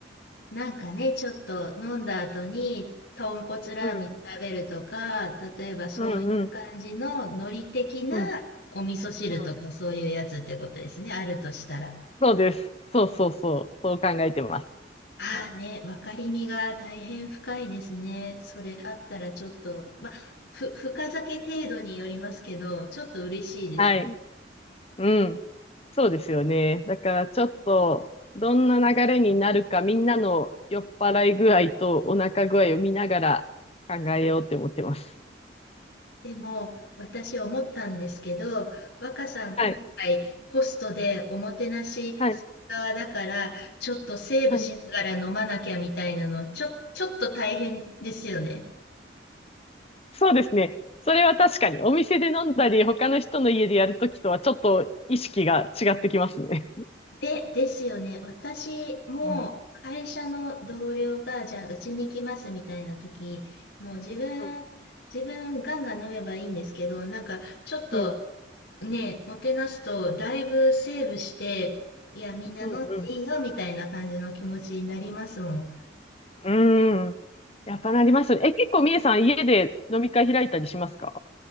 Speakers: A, on the left; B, on the left.
A: なんかね、ちょっと飲んだ後に、豚骨ラーメン食べるとか、
B: うん、
A: 例えばそういう感じの海苔的なお味噌汁とか、
B: うん、うん、うん、うん。
A: そういうやつってことですね、あるとしたら。
B: そうです。そうそうそう。そう考えてます。
A: ああね、分かりみが大変深いですね。それあったらちょっと、まあ、ふ、深酒程度によりますけど、ちょっと嬉しいです。
B: はい。うん。そうですよね。だからちょっと、どんな流れになるか、みんなの酔っ払い具合とお腹具合を見ながら考えようって思ってます。
A: でも、私思ったんですけど、若さん、
B: はい。
A: 今回、ホストでおもてなし側だから、
B: はい。
A: ちょっとセーブしながら飲まなきゃみたいなの、
B: はい。
A: ちょ、ちょっと大変ですよね。
B: そうですね。それは確かに、お店で飲んだり、他の人の家でやるときとはちょっと意識が違ってきますね。
A: で、ですよね。私も会社の同僚が、
B: うん。
A: じゃあ、うちに来ますみたいな時、もう自分、
B: うん。
A: 自分ガンガン飲めばいいんですけど、なんか、ちょっと
B: うん。
A: ね、もてなすと、だいぶセーブして、いや、みんな飲んでいいよ、
B: うん。
A: みたいな感じの気持ちになりますもん。
B: うんうんやっぱなりますね。え、結構みえさん、家で飲み会開いたりしますか